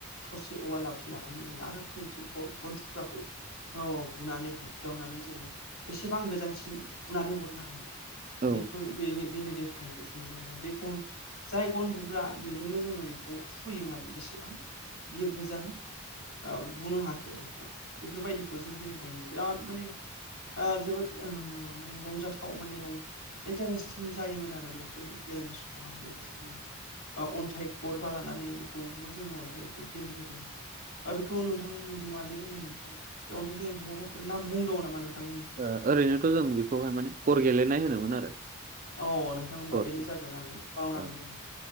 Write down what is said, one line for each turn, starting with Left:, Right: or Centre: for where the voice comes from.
Left: थरसे औवा लाावथि लानानै जों आरो थोंसे गन थुख्राखौ औ औ बुनानै बुग्दावनानै जोङो बेसेबां गोजानसिम बुनानै हरनो हायो
Right: औ
Left: बेखौ बेनो बेनो देरहायो जों जेनेबा बे गन जाय गन बुग्रा बेजोंनो जोङो बेखौ सुयो माने बेसेबां बियो गोजान औ बुनो हाखो बेखौ बेफोरबायदिखौ जों गेलेदों बिराद माने ओ जोबोद ओ माने रंजाथाव माने रं इन्टारेस्टिं जायोमोन आरो बैफोर गेलेनाय समाव आरो लोगोसे जोङो ओ अन्थाइ गरबा लानानै बेखौबो जोङो अन्थाइखौ गेलेबोदों ओ बेखौ नोंथांमोननिथिं मादि बुङोमोनथाय बे अन्थाइ गेलेनायखौ माबाफोर नाम मुं दङ नामा नोंथांमोननिथि
Right: ओ ओरैनोथ जों बिखौहाय माने गर गेलेनाय होनोमोन आरो
Left: अ नोंथां होनबा
Right: गर
Left: बेनो
Right: गेले
Left: जागोन आं बावनानै
Right: औ
Left: दङमोन